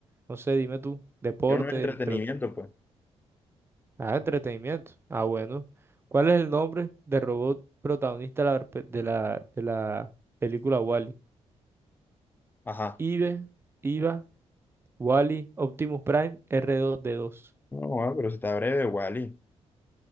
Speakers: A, on the right; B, on the left.
A: No sé, dime tú. Deporte,
B: Quiero un entretenimiento,
A: de,
B: pues.
A: Ah, entretenimiento. Ah, bueno. ¿Cuál es el nombre del robot protagonista de la, pe- de la, de la película Wall-E?
B: Ajá.
A: Ive, Iva, Wall-E, Optimus Prime, r dos, d dos.
B: No, ah, pero si está breve, Wally.